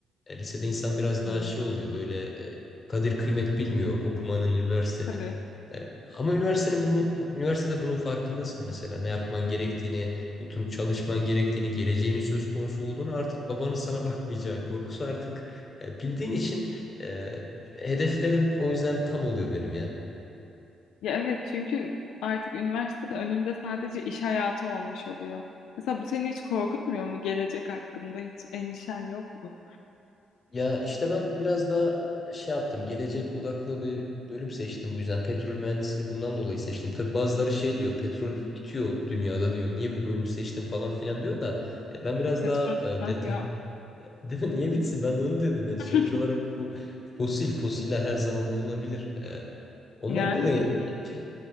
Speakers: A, on the left; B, on the left.
A: E, lisede insan biraz daha
B: Hmm.
A: şey oluyor böyle e, kadir kıymet bilmiyor okumanın, üniversitenin.
B: Tabii.
A: E, ama üniversitenin bunun, bu- üniversitede bunun farkındasın mesela. Ne yapman gerektiğini, oturup çalışman gerektiğini, geleceğinin söz konusu olduğunu artık babanın sana bakmayacağı korkusu artık e, bildiğin için e, hedeflerim o yüzden tam oluyor benim ya.
B: Ya evet çünkü artık üniversitede önünde sadece iş hayatı olmuş oluyor. Mesela bu seni hiç korkutmuyor mu? Gelecek hakkında hiç endişen yok mu?
A: Ya işte ben biraz daha şey yaptım. Gelecek odaklı bir bölüm seçtim bu yüzden. Petrol mühendisliğini bundan dolayı seçtim. Tabii bazıları şey diyor. Petrol bitiyor dünyada diyor. Niye bu bölümü seçtin falan filan diyor da e, ben biraz
B: Petrol
A: daha e,
B: bitmez
A: detay
B: ya.
A: <laughs> değil mi? Niye bitsin? Ben de onu dedim yani.
B: <laughs>
A: Sonuç olarak bu fosil fosiller her zaman bulunabilir. E, ondan
B: Yani
A: dolayı <laughs> değil